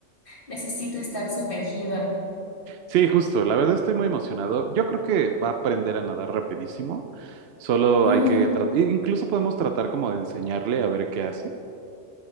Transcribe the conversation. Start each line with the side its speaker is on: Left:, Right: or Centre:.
Left: Necesito estar sumergido.
Right: Sí, justo, la verdad estoy muy emocionado. Yo creo que va a aprender a nadar rapidísimo, solo
Left: Ujú.
Right: hay que tratar, incluso podemos tratar como de enseñarle a ver qué hace.